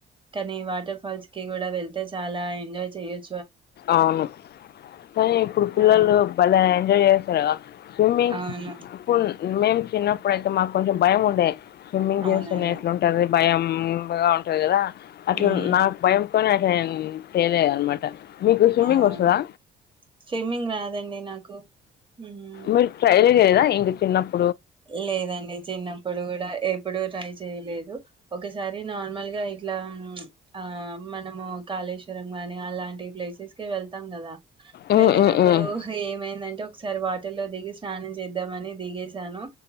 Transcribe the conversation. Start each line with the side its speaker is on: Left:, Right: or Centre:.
Right: కానీ వాటర్ ఫాల్స్ కి కూడా వెల్ చాలా ఎంజాయ్ చెయ్యోచ్
Left: అవును కానీ ఇప్పుడు పిల్లలు
Right: ఆ!
Left: బలే ఎంజాయ్ చేస్తారు. స్విమ్మింగ్
Right: అవును.
Left: ఫుల్ మేము చిన్నప్పుడయితే మాకు కొంచెం భయం ఉండే స్విమ్మింగ్
Right: అవునండి.
Left: చేస్తనే ఎట్లాంటంది భయం. ముంబాగ ఉంటాది కదా. అట్లా
Right: హ్మ్.
Left: నాకు భయం తోనే ఏం తెలే అనమాట. మీకు స్విమ్మింగ్
Right: అవును.
Left: వస్తదా
Right: స్విమ్మింగ్ రాదండి నాకు. హ్మ్.
Left: మీరు ట్రైల్ లేదా ఇంగ చిన్నప్పు
Right: లేదండి చిన్నప్పుడు కూడా ఎప్పుడు ట్రై చేయలేదు. ఒకసారి నార్మల్ గా ఇట్లా ప్చ్ ఆ మనము కాళేశ్వరం గాని అలాంటి ప్లేసెస్ కి వెళ్తాం గదా.
Left: ఉమ్
Right: వెళ్ళినప్పుడు
Left: ఉమ్ ఉమ్
Right: ఏమైందంటే ఒకసారి వాటర్లో దిగి స్నానం చేద్దాంమని దిగేశాను.